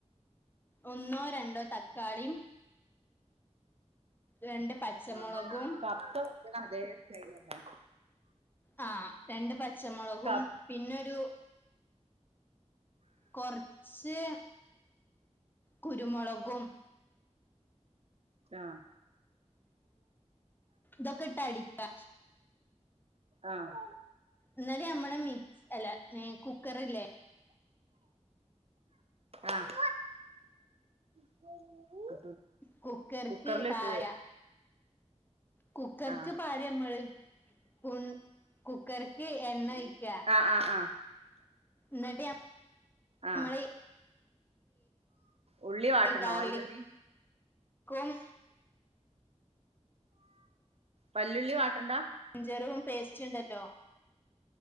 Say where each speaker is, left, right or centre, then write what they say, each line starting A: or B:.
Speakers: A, on the left; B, on the right.
A: ഒന്നോ രണ്ടോ തക്കാളീം രണ്ട് പച്ചമുളകും
B: ആഹ് കബ്സ വെക്ക്ണ അതെ സെയ്‌മെന്നെ
A: ആഹ് രണ്ട് പച്ചമൊളകും
B: കപ്
A: പിന്നൊരു കൊർച്ച് കുരുമൊളകും
B: ആഹ്
A: ഇതൊക്കെട്ട് അടിക്കാ
B: ആഹ്
A: ന്ന്ട്ട് നമ്മളെ മിക്സ് അല്ല നെ കുക്കറില്ലേ
B: ആഹ് <inaudible>
A: കുക്കർക്ക്
B: കുക്കറിലിട്ട്
A: പാര കുക്കർക്ക്
B: ആഹ്
A: പാരമ്മള് കുൺ കുക്കർക്ക് എണ്ണോയ്ക്ക
B: ആഹ് ആഹ് ആഹ്
A: ന്ന്ട്ട് ഞ
B: ആഹ്
A: മ്മളീ
B: ഉള്ളി വാട്ടണോ
A: ഗാർലിക്ക്
B: വല്യുള്ളി
A: ക്കും
B: വല്ലുള്ളി വാട്ടണ്ടാ
A: ഞ്ചറും പേസ്റ്റ് ണ്ടല്ലോ